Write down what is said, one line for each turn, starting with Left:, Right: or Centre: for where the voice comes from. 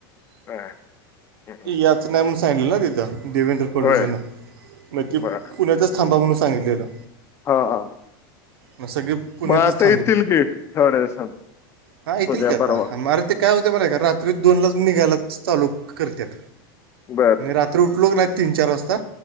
Left: होय. हम्म हम्म.
Right: यायचं नाही म्हणून सांगितलेलं ना तिथं देवेंद्र फडणवीसानं,
Left: होय
Right: मग ती
Left: बर
Right: पुण्यातच खांबा म्हणून सांगितलेलं.
Left: हा हा.
Right: मग सगळी पुण्यातच
Left: मग आता येतील की थोड्या दिवसात.
Right: हा येथील
Left: उद्या
Right: की आता
Left: परवा
Right: मारुती काय होतंय, बरं का रात्री दोनलाच निघायला चालू करत्यात.
Left: बर
Right: मी रात्री उठलो कणी, तीन चार वाजता.